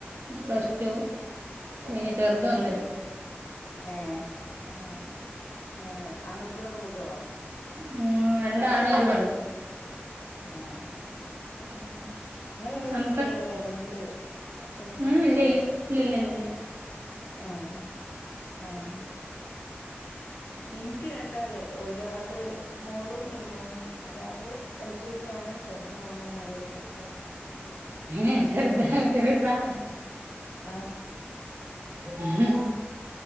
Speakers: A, on the right (about 60°); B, on the left (about 80°).
A: പ്ലസ് ടു പിന്നെ ചെറുത് ഒന്നില്
B: ഏഹ് അങ്ങനെ ഏഹ് ആൺകുട്ടികളോ പെൺകുട്ടികളോ
A: ഉം രണ്ടാണ് ഒരു പെണ്ണ്
B: ആഹ് നിങ്ങൾ എന്ത്
A: ഞങ്ങക്ക്
B: വർക്ക് ചെയ്യണ് അല്ലെങ്കില് ഹൗസ് വൈഫ്
A: ഉം ഇല്ല ഇല്ല ഇല്ല ഇല്ല ഇല്ലല്ല
B: ആഹ് ആഹ് എനി ക്ക് രണ്ടാള് ഒരാള് മോളും ഒരു മോനും ഒരാള് എൽ കെ ജി ആണ് ചെറുത് മോനാ ഒന്നര വയസ്സായി
A: ഏഹ് ചെറുതാ ചെറുതാ
B: ആഹ്
A: ഏഹ്